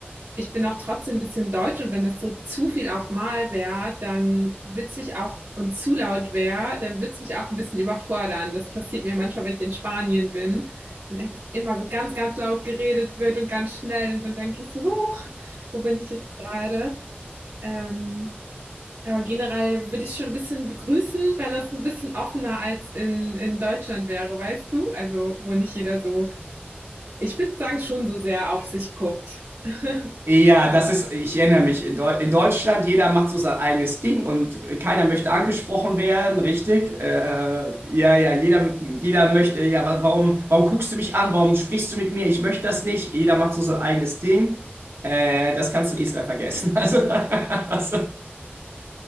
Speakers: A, on the right; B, on the right.
A: ich bin auch trotzdem ein bisschen deutsch und wenn das so zu viel auf Mal wäre, dann wird's mich auch und zu laut wäre, dann wird's mich auch ein bisschen überfordern. Das passiert mir manchmal, wenn ich in Spanien bin und einfach immer so ganz, ganz laut geredet wird und ganz schnell und dann denke ich so, huch, wo bin ich jetzt gerade? Ähm, aber generell würde ich schon ein bisschen begrüßen, wenn das ein bisschen offener als in, in Deutschland wäre, weißt du? Also, wo nicht jeder so, ich würde sagen, schon so sehr auf sich guckt. <laughs>
B: Ja, das ist, ich erinnere mich, in, Deu in Deutschland, jeder macht so sein eigenes Ding und keiner möchte angesprochen werden, richtig? Äh, ja, ja, jeder, jeder möchte, ja, wa- warum, warum guckst du mich an? Warum sprichst du mit mir? Ich möchte das nicht. Jeder macht so sein eigenes Ding. Äh, das kannst du in Israel vergessen. <laughs> Also, das,